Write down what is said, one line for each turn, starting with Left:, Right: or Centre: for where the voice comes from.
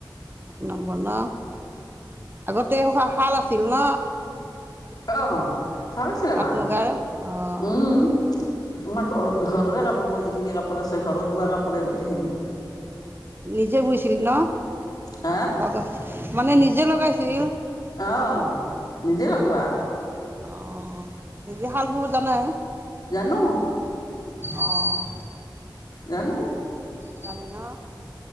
Right: এক নম্বৰ ন? আগতে হা ভাল আছিল ন?
Left: অ ভাল আছিল
Right: পাট
Left: আমাৰ।
Right: মুগাৰ অ'
Left: উম আমাৰ ঘৰৰ ঘৰৰে কাপোৰ মোৰ যিখিনি কাপোৰ আছে ঘৰত বোৱা কাপোৰে গোটেইখিনি।
Right: নিজে বুইছিল ন?
Left: হা
Right: লগত মানে নিজে লগাইছিল?
Left: অহ নিজে লগোৱা।
Right: অ নিজে শাল বোবো জানেই?
Left: জানো।
Right: অহঁ।
Left: জানো।
Right: জানে ন?